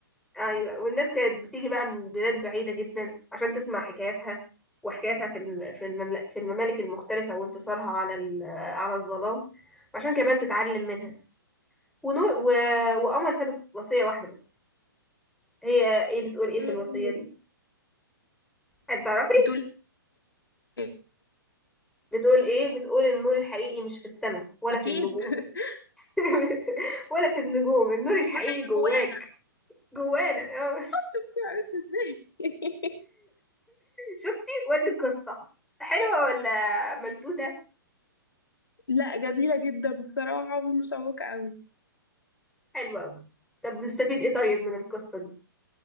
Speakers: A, in the centre; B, on the left.
A: أيوة والناس كانت بتيجي بقى من بلاد بعيدة جدا عشان تسمع حكاياتها وحكاياتها في الم- في الممل- في الممالك المختلفة وانتصارها على ال- على الظلام وعشان كمان تتعلم منها ونور و... وقمر سابت وصية واحدة بس هي ايه بتقول ايه في
B: ايه
A: الوصية
B: هي؟
A: دي عايزة تعرفي
B: بتقول ايه
A: بتقول ايه بتقول النور الحقيقي مش في السماء ولا
B: اكيد
A: في النجوم
B: <laughs>
A: <laughs> ولا في النجوم النور الحقيقي
B: نور حي جوانا
A: جواك جوانا آه.
B: شفتي عرفت ازاي <laughs>
A: شفتي وادي القصة حلوة ولا ملتوتة
B: لا جميلة جدا بصراحة ومشوقة قوي
A: حلوة أوي طب نستفيد ايه طيب من القصة دي